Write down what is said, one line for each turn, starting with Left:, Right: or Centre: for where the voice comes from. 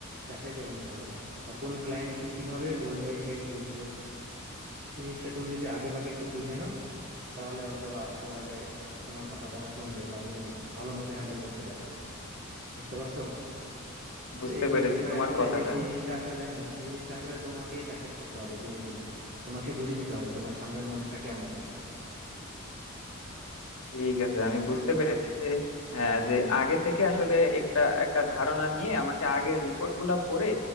Right: যাচাই করে নিতে হবে বা কোন ক্লায়েন্টকে কিভাবে বললে সে বুঝবে সেই জিনিসটা তুমি যদি আগে ভাগে একটু বুঝে নাও তাহলে হয়তো বা আশা করা যায় তোমার কথা তারা শুনবে বা তুমি ভালো মতো হ্যান্ডেল করতে পারবে বুঝতে পারছো
Left: বুঝতে
Right: তো এই
Left: পেরেছি
Right: এই বিষয়ে
Left: তোমার
Right: আসলে
Left: কথাটা
Right: এই এই জিনিসটা আসলে হ্যাঁ এই জিনিসটা আসলে তোমাকেই প্র্যাকটিস করতে হবে দিনে দিনে তোমাকে বুঝে নিতে হবে তোমার সামনের মানুষটা কেমন
Left: ঠিক আছে আমি
Right: বুঝতে
Left: বুঝতে
Right: পারছো
Left: পেরেছি যে হ্যাঁ যে আগে থেকে আসলে একটা একটা ধারণা নিয়ে আমাকে আগে রিপোর্ট গুলা পড়ে